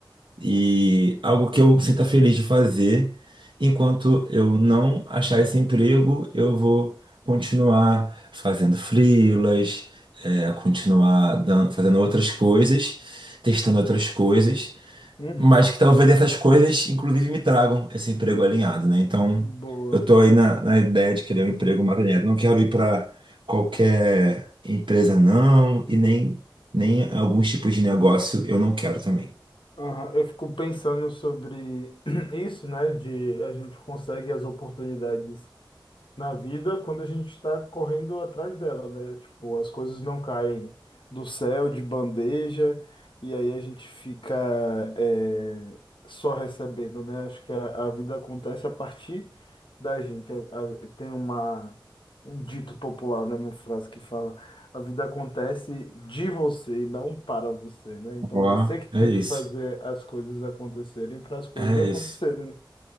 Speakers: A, on the right (about 75°); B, on the left (about 75°).
A: e algo que eu sinta feliz de fazer, enquanto eu não achar esse emprego, eu vou continuar fazendo freelas, é, continuar dan- fazendo outras coisas, testando outras coisas,
B: Uhum.
A: mas que talvez essas coisas, inclusive, me tragam esse emprego alinhado, né? Então,
B: Boa.
A: eu tô aí na, na ideia de querer um emprego mais alinhado. Não quero ir para qualquer empresa, não, e nem, nem alguns tipos de negócio eu não quero também.
B: Aham, Eu fico pensando sobre <clears throat> isso, né? De a gente consegue as oportunidades na vida quando a gente está correndo atrás dela, né? Tipo, as coisas não caem do céu de bandeja e aí a gente fica é, só recebendo, né? Acho que a, a vida acontece a partir da gente. A- a- tem uma, um dito popular, né? Uma frase que fala: a vida acontece de você e não para você, né? Então
A: Ó,
B: você que tem
A: é isso.
B: que fazer as coisas acontecerem para as coisas
A: É
B: acontecerem,
A: isso.
B: né?